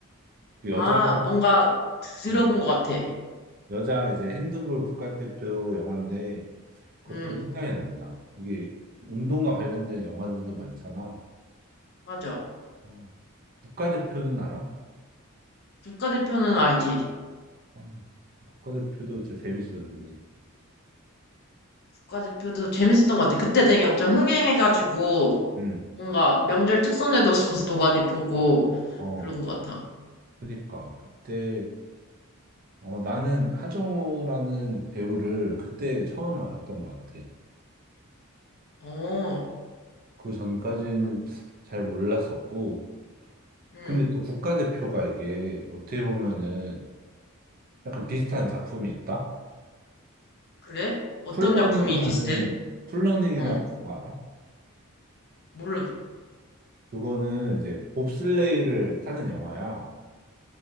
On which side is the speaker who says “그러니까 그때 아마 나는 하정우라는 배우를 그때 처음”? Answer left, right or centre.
Right